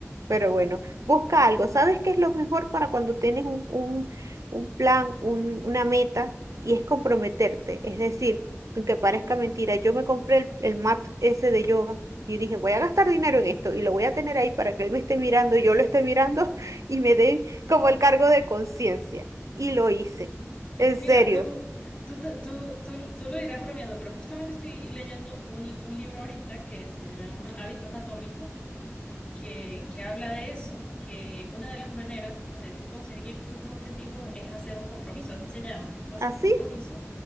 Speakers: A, on the right (about 85°); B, on the left (about 25°).
A: Pero bueno, busca algo. ¿Sabes qué es lo mejor para cuando tienes un, un, un plan, un- una meta? Y es comprometerte. Es decir, aunque parezca mentira, yo me compré el, el mat ese de yoga y dije, voy a gastar dinero en esto y lo voy a tener ahí para que él me esté mirando, yo lo esté mirando <laughs> y me dé como el cargo de conciencia. Y lo hice. En serio.
B: Mira, tú, tú, te- tú, tú, tú lo dirás bromeando, pero justamente estoy leyendo un, un libro ahorita que se llama Hábitos Atómicos. que, que habla de eso, que una de las maneras de tú conseguir tus objetivos es hacer un compromiso, así se llama. Tú haces
A: Así
B: un compromiso